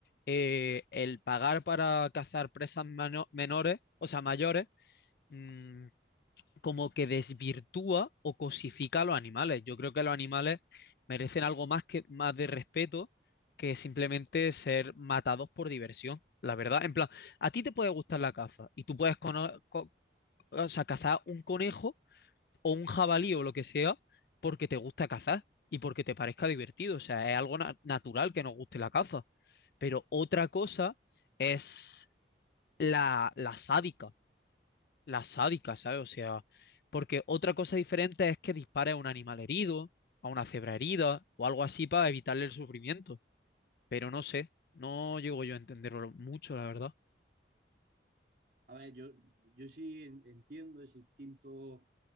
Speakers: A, on the left; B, on the right.
A: eh, el pagar para cazar presas mano- menores, o sea, mayores, mm, como que desvirtúa o cosifica a los animales. Yo creo que los animales merecen algo más que más de respeto que simplemente ser matados por diversión. La verdad, en plan, a ti te puede gustar la caza y tú puedes cono- co- o sea, cazar un conejo o un jabalí o lo que sea porque te gusta cazar y porque te parezca divertido. O sea, es algo na- natural que nos guste la caza. Pero otra cosa es la, la sádica, la sádica, ¿sabes? O sea, porque otra cosa diferente es que dispare a un animal herido, a una cebra herida o algo así para evitarle el sufrimiento. Pero no sé, no llego yo a entenderlo mucho, la verdad.
B: A ver, yo, yo sí en- entiendo ese instinto